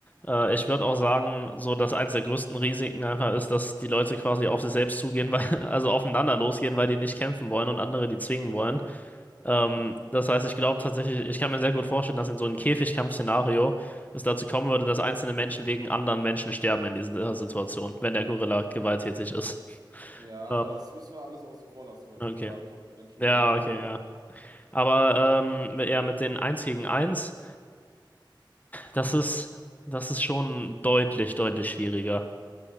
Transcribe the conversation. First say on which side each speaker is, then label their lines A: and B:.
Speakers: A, on the left; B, on the right.
A: Äh, ich würde
B: Ja,
A: auch sagen, so dass eins der größten Risiken einfach ist, dass die Leute quasi auf sich selbst zugehen, <laughs> weil, also aufeinander losgehen, weil die nicht kämpfen wollen und andere die zwingen wollen. Ähm,
B: ja.
A: das heißt, ich glaube tatsächlich, ich kann mir sehr gut vorstellen, dass in so einem Käfigkampfszenario es dazu kommen würde, dass einzelne Menschen wegen anderen Menschen sterben in dieser Situation, wenn der Gorilla gewalttätig ist.
B: Ja,
A: Ähm,
B: aber das müssen wir alles außen vor lassen, weil
A: okay.
B: wie gesagt, hundert Menschen
A: Ja,
B: würden einen Gorilla
A: okay,
B: auch.
A: ja. Aber ähm, mit- ja, mit den Eins gegen Eins, das ist, das ist schon deutlich, deutlich schwieriger.